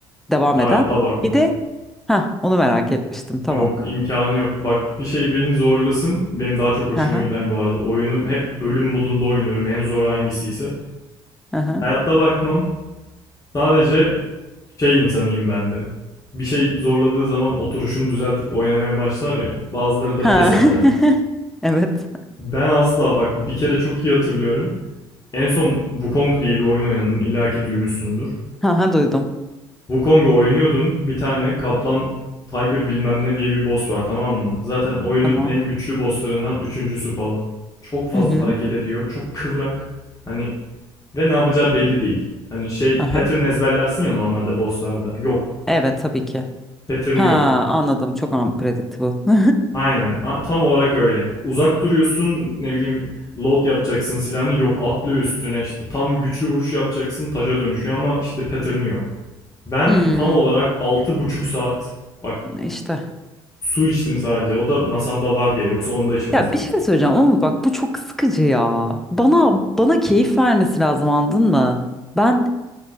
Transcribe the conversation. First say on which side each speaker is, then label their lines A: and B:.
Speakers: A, in the centre; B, on the left.
A: devam
B: Hayatta
A: eden.
B: bakmam.
A: Bir de ha onu merak etmiştim tamam.
B: Yok imkanı yok. Bak bir şey beni zorlasın. Benim daha çok hoşuma
A: Aha,
B: gider bu arada. Oyunu hep ölüm modunda oynuyorum. En zoru hangisiyse.
A: aha.
B: Hayatta bakmam. Sadece şey insanıyım ben de. Bir şey zorladığı zaman oturuşunu düzeltip oynamaya başlar ya. Bazıları da
A: Ha.
B: pes eder hani.
A: <laughs> Evet.
B: Ben asla bak bir kere çok iyi hatırlıyorum. En son Wukong diye bir oyun oynadım. İlla ki duymuşsundur.
A: Ha, duydum.
B: Wukong'u oynuyordum. Bir tane kaplan Tiger bilmem ne diye bir boss var tamam mı? Zaten oyunun
A: Tamam.
B: en güçlü bosslarından üçüncüsü falan. Çok fazla
A: Hı hı.
B: hareket ediyor. Çok kıvrak. Hani Ve ne yapacağı belli değil. Hani şey
A: Aha.
B: pattern ezberlersin ya normalde bosslarda. Yok.
A: Evet tabii ki.
B: Pattern'ı
A: Ha
B: yok.
A: anladım. Çok unpredictable. <laughs>
B: Aynen. Tam olarak öyle. Uzak duruyorsun ne bileyim load yapacaksın silahını yok atlıyor üstüne işte tam güçlü vuruş yapacaksın taşa dönüşüyor ama işte pattern'ı yok. Ben
A: Hmm,
B: tam olarak altı buçuk saat bak
A: işte.
B: su içtim sadece o da masamda var diye yoksa onu da içmezdim.
A: Ya bir şey söyleyeceğim ama bak bu çok sıkıcı ya. Bana bana keyif vermesi lazım anladın mı? Ben